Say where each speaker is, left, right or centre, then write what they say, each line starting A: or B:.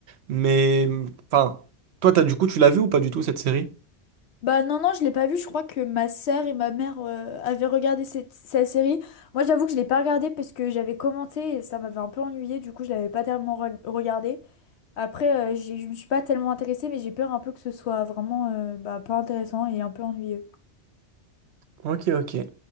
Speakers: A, on the right; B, on the left.
A: Mais, enfin, toi, t'as, du coup, tu l'as vu ou pas du tout, cette série?
B: Bah non, non, je l'ai pas vu. Je crois que ma sœur et ma mère euh, avaient regardé cette, cette série. Moi, j'avoue que je l'ai pas regardée parce que j'avais commenté et ça m'avait un peu ennuyée. Du coup, je l'avais pas tellement re- regardée. Après, euh, j'ai- je ne me suis pas tellement intéressée, mais j'ai peur un peu que ce soit vraiment euh, bah, pas intéressant et un peu ennuyeux.
A: Ok, ok.